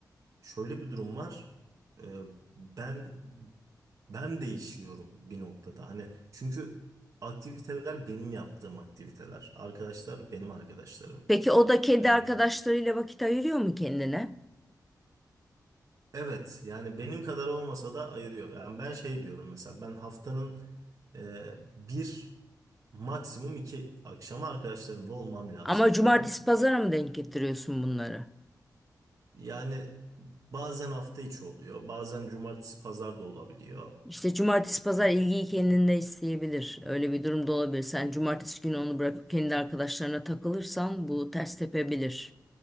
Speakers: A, on the right; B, in the centre.
A: şöyle bir durum var. E, ben ben değişiyorum bir noktada. Hani çünkü aktiviteler benim yaptığım aktiviteler. Arkadaşlar benim arkadaşlarım.
B: Peki o da kendi
A: E,
B: arkadaşlarıyla vakit ayırıyor mu kendine?
A: Evet yani benim kadar olmasa da ayırıyor. Yani ben şey diyorum mesela ben haftanın e, bir maksimum iki akşamı arkadaşlarımla olmam lazım
B: Ama cumartesi
A: diyorum.
B: pazara mı denk getiriyorsun bunları?
A: Yani bazen hafta içi oluyor bazen cumartesi pazar da olabiliyor.
B: İşte cumartesi pazar ilgiyi kendinde isteyebilir. Öyle bir durumda olabilir. Sen cumartesi günü onu bırakıp kendi arkadaşlarına takılırsan bu ters tepebilir.